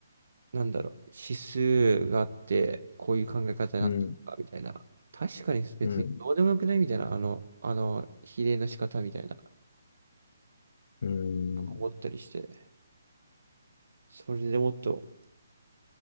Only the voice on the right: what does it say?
なんだろう、指数があって、こういう考え方になってたみたいな。
確かに別にどうでもよくないみたいな、
あの、あの、比例の仕方みたいな、
思ったりして、それでもっと、